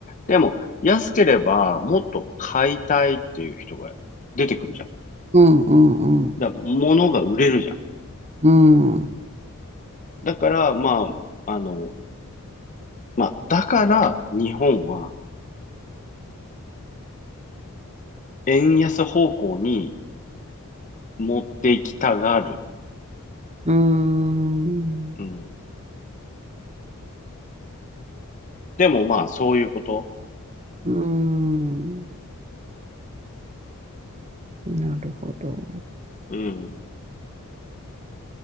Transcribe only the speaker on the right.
うんうんうん。
うん。
うん。
うん。なるほど。